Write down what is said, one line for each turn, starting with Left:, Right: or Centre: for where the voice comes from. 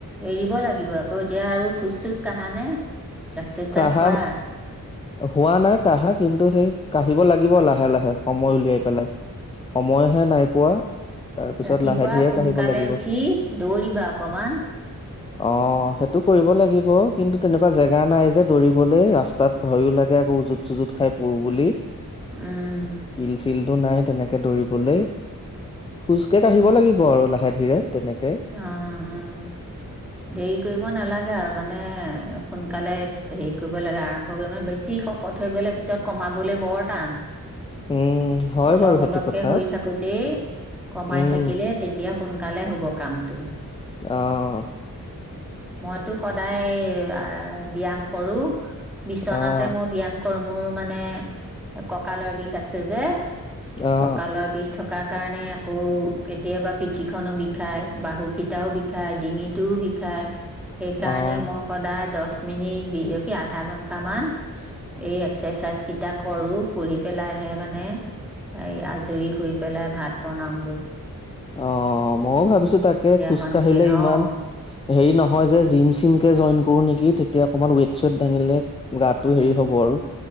Centre: এৰিব লাগিব আকৌ এতিয়া আৰু খোজ চোজ কাহানে এক্সাৰ্চাইজ
Left: কাহা
Centre: কৰা
Left: হোৱা নাই কাহা কিন্তু সেই কাঢ়িব লাগিব লাহে লাহে সময় উলিয়াই পেলাই সময়হে নাই পোৱা তাৰপিছত
Centre: ৰাতিপুৱা
Left: লাহে ধীৰে
Centre: সোনকালে
Left: কাঢ়িব লাগিব
Centre: উঠি দৌৰিবা অকমান
Left: আহ সেইটোক কৰিব লাগিব কিন্তু তেনেকুৱা জেগা নাই যে দৌৰিবলৈ ৰাস্তাত ভয়ো লাগে আকৌ উজুত চুজুত খাই পৰো বুলি
Centre: উম
Left: ফিল চিলটো নাই তেনেকে দৌৰিবলে খোজ টো কাঢ়িব লাগিব আৰু লাহে ধীৰে তেনেকে
Centre: আ আ দেৰি কৰিব নালাগে আৰু মানে সোনকালে হেৰি কৰিব লাগে আৰম্ভ কৰিব মানে বেছি শকত হৈ গলে পিছত কমাবলৈ বৰ টান
Left: উম হয়
Centre: অলপ
Left: বাৰু সেইটো
Centre: অলপকে
Left: কথা
Centre: হৈ থাকোতেই কমাই
Left: উম
Centre: থাকিলে তেতিয়া সোনকালে হ'ব কামটো
Left: অহ
Centre: মইতো সদায় ব্যায়াম কৰো বিচনাতে
Left: অ',
Centre: মই ব্যায়াম কৰ্মোৰ মানে ককালৰ বিষ আছে যে
Left: অ',
Centre: কঁকালৰ বিষ থকা থকাৰ কাৰণে আকৌ কেতিয়াবা পিঠিখনো বিষায় বাহুকেইটাও বিষায় ডিঙিটোও বিষায় সেইকাৰণে
Left: অ',
Centre: মই সদায় দহ প মিনিট বিক আধা ঘন্টামান এই এক্সাৰচাইজ কেইটা কৰো কৰি পেলাইহে মানে এই আজৰি হৈ পেলাই ভাত বনাওগৈ
Left: অ মই ভাব ত পিছো তাকে খোজ
Centre: সন্ধিয়া
Left: কাঢ়িলে ইমান
Centre: অ অ
Left: হে নহয় যে জি চি কে জইন কৰো নেকি তেতিয়া অকমান ৱ চ দাঙে গটো হ হব আৰু